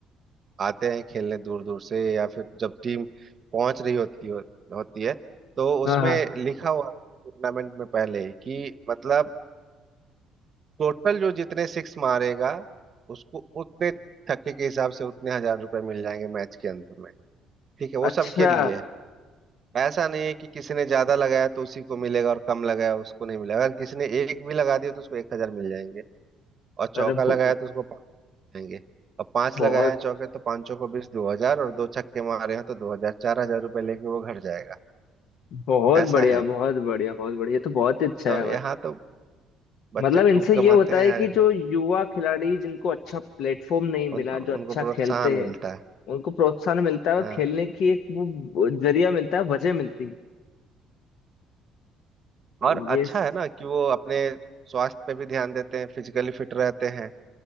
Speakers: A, on the right; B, on the left.
A: आते हैं खेलने दूर दूर से या फिर जब टीम पहुंच रही होती हो, होती है तो उसमें
B: हाँ हाँ
A: लिखा हुआ टूर्नामेंट में पहले ही कि मतलब टोटल जो जितने सिक्स मारेगा उसको उतने छक्के के हिसाब से उतने हजार रुपए मिल जाएंगे मैच के अंत में ठीक है वो
B: अच्छा
A: सबके लिए है ऐसा नहीं है कि किसी ने ज्यादा लगाया तो उसी को मिलेगा और कम लगाया उसको नहीं मिलेगा अगर किसी ने एक भी लगा दिया तो उसको एक हजार मिल जाएंगे और चौका
B: अरे
A: लगाया
B: बहु-
A: तो उसको पाँच देंगे और पांच
B: बहुत
A: लगाए हैं चौके तो पांचों को बीस दो हजार और दो छक्के मारे हैं तो दो हजार चार हजार रुपये लेके वो घर जाएगा
B: बहुत
A: ऐसा
B: बढ़िया
A: है
B: बहुत बढ़िया बहुत बढ़िया ये तो बहुत ही अच्छा
A: तो
B: है भाई
A: यहाँ तो बच्चे
B: मतलब
A: खूब
B: इनसे
A: कमाते
B: ये होता है
A: हैं यार
B: कि
A: इधर
B: जो युवा खिलाड़ी जिनको अच्छा प्लेटफॉर्म नहीं मिला
A: उनको
B: जो अच्छा
A: उनको प्रोत्साहन
B: खेलते हैं
A: मिलता है
B: उनको प्रोत्साहन मिलता है और
A: हाँ
B: खेलने की एक वो जरिया मिलता है वजह मिलती है
A: और अच्छा
B: ये स-
A: है ना कि वो अपने स्वास्थ्य पे भी ध्यान देते हैं फिजिकली फिट रहते हैं